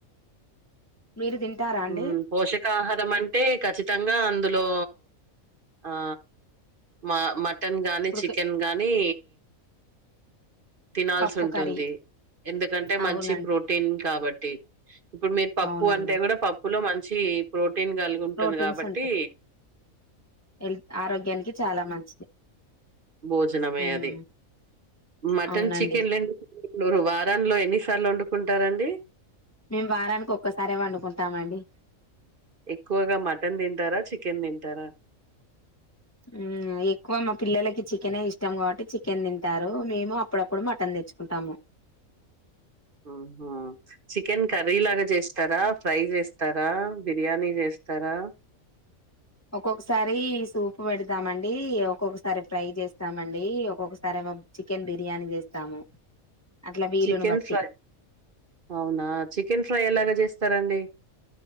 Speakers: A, on the left (about 15°); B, on the right (about 40°).
A: మీరు తింటారా అండి
B: ఉమ్ పోషకాహారమంట్ అంటే ఖచ్చితంగా అందులో ఆ మ మట్ మటన్ గాని
A: ఉడక
B: చికెన్ గానీ తినాల్సి
A: పప్పు
B: ఉంటుంది
A: కర్రీ
B: ఎందుకంటె
A: అవునండి
B: మంచి ప్రోటీన్ కాబట్టి ఇప్పుడు మీరు పప్పు
A: అవునండి
B: అంటె కూడా పప్పులో మంచి ప్రోటీన్ కలిగి ఉంటుంది
A: ప్రోటీన్స్
B: కాబట్టి
A: ఉంటాయి హెల్త్ ఆరోగ్యానికి చాలా మంచిది
B: బోజనమే
A: ఉమ్,
B: అది ఉ మటన్
A: అవునండి
B: చికెన్ లేండిరు వారాల్లో ఎన్నిసార్లు వండుకుంటారండి <inaudible>
A: మేమ్ వారానికి ఒక్కసారే వండుకుంటామండి
B: ఎక్కువగా మటన్ తింటారా చికెన్ తింటారా
A: ఉమ్ ఎక్కువ మా పిల్లలకి చికెనే ఇష్టం కాబట్టి చికెన్ తింటారు మేము అప్పుడప్పుడు మటన్ తెచ్చుకుంటాము
B: ఉహు చికెన్ కర్రీ లాగా చేస్తరా ఫ్రై చేస్తరా బిర్యానీ చేస్త స్తరా
A: ఒక్కొక్కసారి సూప్ పెడతామండి ఒక్కొక్కసారి ఫ్రై చేస్తామండి ఒక్కొక్కసారి చికెన్ బిర్యాని చేస్తాము అట్లా వీలును
B: చికెన్
A: బట్టి
B: ఫ్రై అవునా చికెన్ ఫ్రై లాగ చేస్తరండి